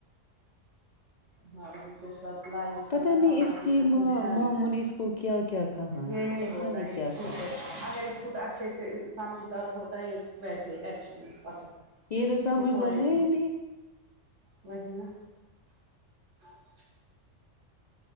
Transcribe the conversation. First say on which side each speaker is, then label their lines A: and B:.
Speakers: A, on the right (about 70°); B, on the left (about 50°).
A: مارج <unintelligible> کے ساتھ لائف
B: پتہ
A: ہے نا
B: نہیں
A: اللہ
B: اس
A: کی قسم
B: ماں
A: ہیل
B: ماموں
A: ہے
B: نے اس کو کیا کیا کہا
A: یہ
B: ہے
A: نہیں
B: پتہ
A: ہوتا ایک
B: کیا
A: خود
B: کہا
A: اگر خود اچھےسے <unintelligible> سمجھدار ہوتا ہے ایک ویسے ایکشن پ
B: تو سمجھدار
A: یہ پوائنٹ
B: ہے
A: پہ
B: ہی نہیں
A: وہی نا ہ